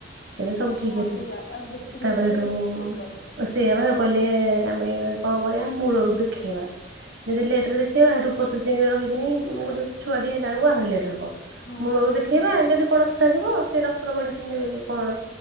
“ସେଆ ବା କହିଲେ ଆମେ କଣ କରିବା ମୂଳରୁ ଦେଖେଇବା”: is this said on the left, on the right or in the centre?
Right